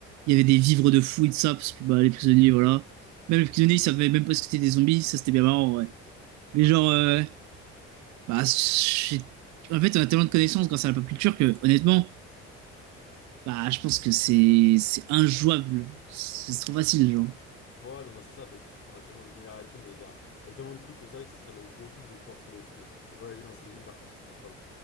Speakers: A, on the right (about 65°); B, on the left (about 45°).
A: il y avait des vivres de fou et de ça, parce que bah, les prisonniers, voilà. Même les prisonniers, ils savaient même pas ce que c'était des zombies, ça c'était bien marrant, ouais. Mais
B: Ouais.
A: genre, euh, bah, j'ai- en fait, on a tellement de connaissances grâce à la pop culture que, honnêtement, bah, je pense que c'est c'est injouable. C'est c'est trop facile, genre.
B: Ouais, non, bah c'est ça, bah, je pense que ça en a tellement d'univers et tout, mais il y a, il y a tellement de trucs où c'est vrai que ça serait le gros kiff de pouvoir se, se voyager dans ces univers, que ce serait incroyable.